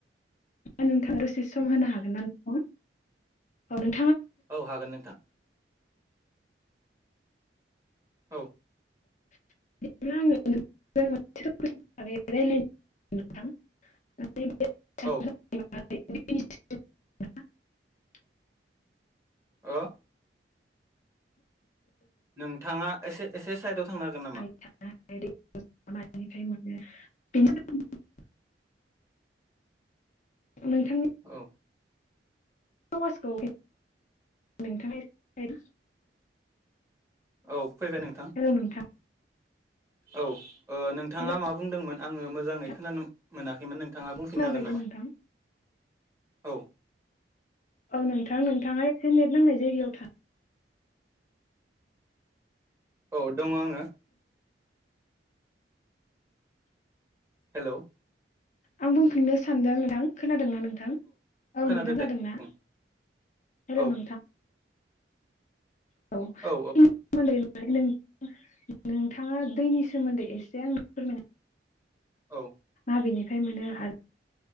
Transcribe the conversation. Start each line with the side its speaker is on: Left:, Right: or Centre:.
Left: नोंथां दसे सम होनो हागोन ना नोंथां औ नों।
Right: औ हागोन नोंथां। औ।
Left: <unintelligible> <unintelligible>
Right: औ ओ। नोंथाङा एसे एसे साइदाव थांनो हागोन नामा?
Left: माने <unintelligible> <unintelligible>
Right: औ।
Left: समासखौ नोंथाङा एसे।
Right: औ फैबाय नोंथां
Left: हेल' नोंथां
Right: औ ओ नोंथाङा
Left: हेल'
Right: मा बुंदोंमोन? आंङो मोजांङै
Left: नोंथां
Right: खोनानो मोनाखैमोन नोंथाङा बुंफिननो
Left: खोनाबायदों
Right: हागोन नामा?
Left: नोंथां
Right: औ।
Left: औ नोंथां नोंथाङाय एसे नेट नांनाय जायगायाव थां।
Right: औ दङ आंङो। हेलौ।
Left: आं बुंफिननो सानदों नोंथां खोनादों नों? नोंथां औ
Right: खोनादो
Left: नोंथां खोनादोंना
Right: दे बुं
Left: हेलौ
Right: औ
Left: नोंथां। <unintelligible>
Right: औ
Left: माने नों नोंथाङा दैनि सोमोन्दै एसे आंनो फोरमायना
Right: औ।
Left: माबेनिफ्राय मोनो आरो